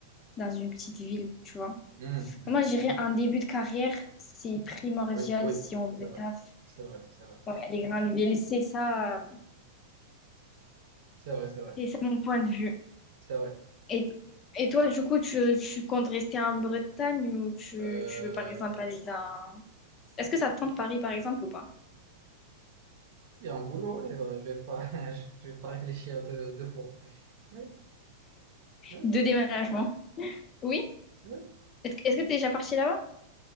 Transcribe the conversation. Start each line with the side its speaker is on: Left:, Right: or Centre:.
Left: dans une petite ville, tu vois?
Right: Hmm, hmm.
Left: Moi, je dirais un début de carrière, c'est primordial
Right: Oui, oui,
Left: si on veut
Right: c'est vrai.
Left: taf.
Right: C'est vrai, c'est vrai.
Left: Ouais, les grandes villes, c'est ça.
Right: C'est vrai, c'est vrai.
Left: C'est ça mon point de vue.
Right: C'est vrai.
Left: Et, et toi, du coup, tu, tu comptes rester en Bretagne ou tu,
Right: Euh,
Left: tu veux par exemple aller dans... Est-ce que ça te tente Paris par exemple ou pas?
Right: Il y a un boulot, ouais, euh, je vais pas, <laughs> je je vais pas réfléchir deux, deux fois. Oui, oui,
Left: De déménagement. Oui?
Right: oui.
Left: Est-ce que est-ce que t'es déjà parti là-bas?